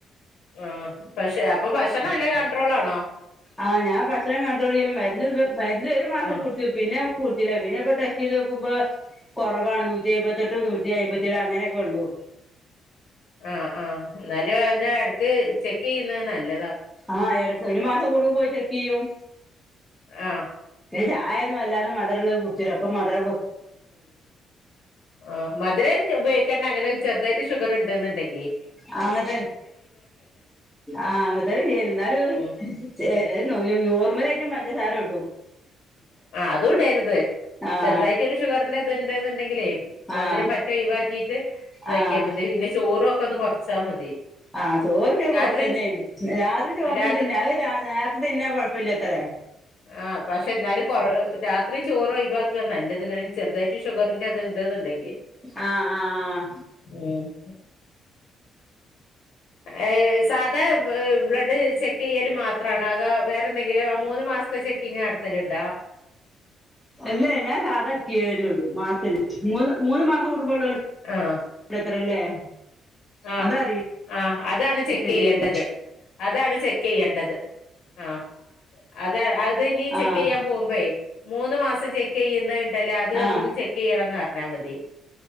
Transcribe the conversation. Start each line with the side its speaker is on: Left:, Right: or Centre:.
Left: ആഹ് പക്ഷെ അപ്പൊ ഭക്ഷണം എല്ലാം കണ്ട്രോളാണോ.
Centre: ആഹ് ഞാൻ ഭക്ഷണം കൺട്രോളെയ്യും മരുന്ന് ഇപ്പം മരുന്ന് ഒരു മാസം
Left: ആഹ്
Centre: കുടിച്ചു പിന്നെ കുടിച്ചില്ല പിന്നെ ഇപ്പ ടെസ്റ്റ് ചെയ്തു നോക്കുമ്പൊ കൊറവാണ് നൂറ്റി എഴുപത്തെട്ട് നൂറ്റി അയിമ്പത്തി ഏഴ് അങ്ങനെയൊക്കെ ഒള്ളൂ.
Left: അഹ് അഹ് ഇന്നാലും അയ്ന് എടക്ക് ചെക്ക് ചെയ്യുന്നത് നല്ലതാ.
Centre: ആഹ്. എടക്ക് ഒരു മാസം കൂടുമ്പോ പോയി ചെക്കെയ്യും.
Left: ആഹ്.
Centre: ചായൊന്നു വല്ലാതെ മധുര ഉളളത് കുട്ച്ചൂല അപ്പൊ മധുര
Left: ആഹ് മധുരം ഉപയോഗിക്കെണ്ട അങ്ങനെ ചെറ്തായിട്ട് ഷുഗർ ഇണ്ട് ന്ന്ണ്ടെങ്കി
Centre: ആ <unintelligible> അ ഇങ്ങത്തെ ആഹ് അത് <unintelligible> ഇന്നാലു
Left: ഉം
Centre: <unintelligible>
Left: ഉം
Centre: നോർമലായിട്ട് പഞ്ചസാര ഇടും
Left: ആഹ് അതും ഇടര്ത്.
Centre: ആഹ്
Left: ചെറുതായിട്ട് ഒരു ഷുഗറിന്റെ ഇത് ഇണ്ട് ന്ന്ണ്ടെങ്കിലേ മധുരം
Centre: ആഹ്
Left: പറ്റെ ഒഴിവാക്കീട്ട് ഇതാക്കിയാ
Centre: ആഹ്
Left: മതി. പിന്നെ ചോറും ഒക്കെ ഒന്ന് കൊറച്ചാ മതി.
Centre: ആഹ് ചോറ് പിന്നെ കൊറ്ച്ചെന്നേനി.
Left: രാത്രി
Centre: രാത്രി ചോറിന്
Left: രാത്രി
Centre: തിന്ന അത് നേരത്തെ തിന്നാ കൊഴ്. പുല്ലത്തെറ
Left: ആഹ് പക്ഷെ ഇന്നാലും കൊറ് രാത്രി ചോറ് ഒഴിവാക്ക നല്ലത് ഇങ്ങനെ ചെറ്തായിട്ട്- ഈ ഷുഗറിന്റെ ഇത്ണ്ട്ന്ന്ണ്ടെങ്കി
Centre: ആഹ് ആഹ് ആഹ്
Left: ഉം. ഏഹേ. സാധാ- ബ്ലഡ് ചെക്കെയ്യല് മാത്രാണോ. അതോ വേറെ എന്തെങ്കിലും മൂന്ന് മാസ്ത്തെ ചെക്കിങ്ങ് നടത്തല്ണ്ടോ?
Centre: അല്ലെയ് ഞാൻ സാധാ ചെക്ക് ചെയ്യലൊള്ളൂ മാസ് <unintelligible> മൂന്ന് മൂന്ന് മാസം കൂടുമ്പോള്ള <unintelligible>
Left: ആഹ്
Centre: ത്രല്ലേ
Left: ആഹ്
Centre: അതറിയില്ലക്കെ
Left: ആഹ് അതാണ് ചെക്ക്
Centre: എങ്ങനെയന്ന്
Left: ചെയ്യേണ്ടത്. അതാണ് ചെക്ക് ചെയ്യേണ്ടത്. ആഹ്! അത അത് ഇനി
Centre: ആഹ് ആഹ്
Left: ചെക്കെയ്യാൻ പോകുമ്പഴെ മൂന്ന് മാസം ചെക്ക് ചെയ്യുന്ന ഹ് ഇണ്ടല്ലേ അത്
Centre: ആഹ് ആഹ്
Left: ഒന്ന് ചെക്ക് ചെക്ക് ചെയ്യണംന്ന് പറഞ്ഞാ മതി